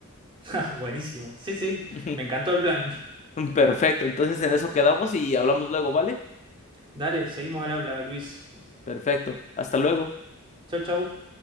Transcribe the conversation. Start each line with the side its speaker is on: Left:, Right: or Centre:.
Right: <laughs> Buenísimo. Sí, sí,
Left: <laughs>
Right: me encantó el plan.
Left: Perfecto, entonces en eso quedamos y hablamos luego, ¿vale?
Right: Dale, seguimos al habla, Luis.
Left: Perfecto, hasta luego.
Right: Chau, chau.